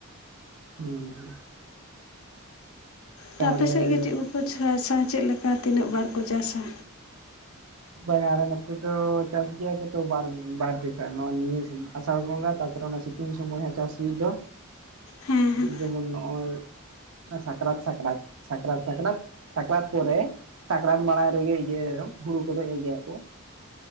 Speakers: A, on the right; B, on the left.
A: ᱦᱩᱸ
B: ᱛᱚ
A: ᱛᱟᱦᱚᱞᱮ
B: ᱟᱯᱮᱥᱮᱫ ᱜᱮ ᱪᱮᱫ ᱠᱚᱠᱚ ᱪᱟᱥᱟ ᱪᱮᱫ ᱞᱮᱠᱟ ᱛᱤᱱᱟᱹᱜ ᱵᱟᱨ ᱠᱚ ᱪᱟᱥᱟ?
A: ᱵᱟᱝᱟᱨ ᱱᱟᱛᱮ ᱛᱚ ᱪᱟᱥ ᱜᱮ ᱛᱚ ᱵᱟᱨ ᱡᱚᱠᱷ ᱱᱚᱣᱟ ᱱᱤᱭ ᱱᱮᱥ ᱟᱥᱟᱲ ᱵᱚᱸᱜᱟ ᱛᱟᱯᱚᱨᱮ ᱚᱱᱟ ᱥᱤᱛᱩᱝ ᱥᱩᱚᱢᱚᱭ ᱦᱚᱸ ᱪᱟᱥ ᱦᱩᱭᱩᱜ ᱫᱚ
B: ᱦᱮᱸ ᱦᱮᱸ
A: ᱡᱮᱢᱚᱱ ᱱᱚᱜᱼᱚᱭ ᱥᱟᱠᱨᱟᱛ ᱥᱟᱠᱨᱟᱛ ᱥᱟᱠᱨᱟᱛ ᱥᱟᱠᱨᱟᱛ ᱥᱟᱠᱨᱟᱛ ᱯᱚᱨᱮ ᱥᱟᱠᱨᱟᱛ ᱢᱟᱲᱟᱝ ᱨᱮᱜᱮ ᱤᱭᱟᱹ ᱦᱩᱲᱩ ᱠᱚᱫᱚᱜ ᱮ ᱜᱮᱭᱟ ᱠᱚ᱾